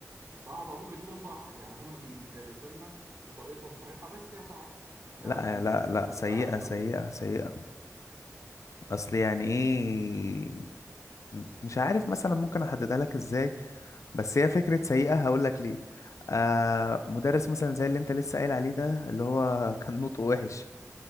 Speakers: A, on the right; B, on the left.
A: صعبة ممكن تكون صح يعني هم بيدرسوا لنا وطريقتهم صحيحة بس هي صعبة انما
B: لا
A: سيئة
B: لا
A: اللي
B: لا
A: هي ما تنفعش
B: سيئة
A: اصلا
B: سيئة سيئة اصل
A: يعني
B: يعني
A: س-
B: ايه مش عارف مثلا ممكن احددها لك ازاي بس هي فكرة سيئة هقول لك ليه آه مدرس مثلا زي اللي انت لسه قايل عليه ده اللي هو كان نطقه وحش